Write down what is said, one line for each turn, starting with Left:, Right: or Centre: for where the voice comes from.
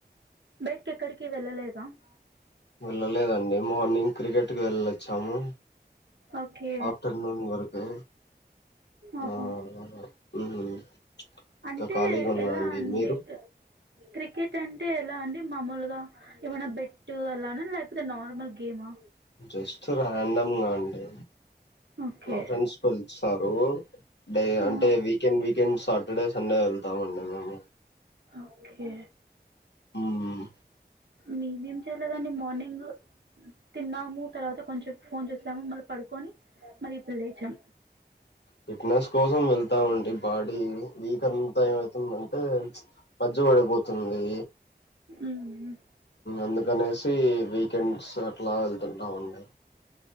Right: బయటికి ఎక్కడికి వెళ్లలేదా స
Left: వెళ్ళలేదండి మార్నింగ్ క్రికెట్కి వెళ్ళొ చము
Right: ఓకే
Left: ఆఫటర్నూన్ వరకు
Right: ఆహా
Left: ఆ మ్మ్ ఇంకా
Right: అంటే
Left: ఖాళీగా ఉన్నా
Right: ఎలా అండి
Left: మీరు
Right: క్రికెట్ అంటే ఎలా అండి మామూలుగా ఏమైనా బెట్ అలానే లేకపోతే నార్మల్ గేమా
Left: జస్ట్ ర్యాండమ్ గాండి
Right: ఓకే
Left: మా ఫ్రెండ్స్ పిలుస్తారు డై
Right: ఆ
Left: అంటే వీకెండ్ వీకెండ్స్ ఇక్కడే సండే వెళ్తామ అండి మేము
Right: ఓకే
Left: మ్మ్
Right: మేమేం చేయలేదండి మార్నింగ్ తిన్నాము తర్వాత కొంచెం ఫోన్ చూశాము మళ్ళీ పడుకొని మరి ఇప్పుడు లేచం
Left: ఫిట్నెస్ కోసం వెళ్ వెళ్తాము అండి బాడీ వీక్ అంతా ఏమవుతుంది అంటే పచ్చపడిపోతుంది
Right: మ్మ్
Left: అందు అనేసి వీకెండ్స్ అట్లా వెళ్తుంటామండి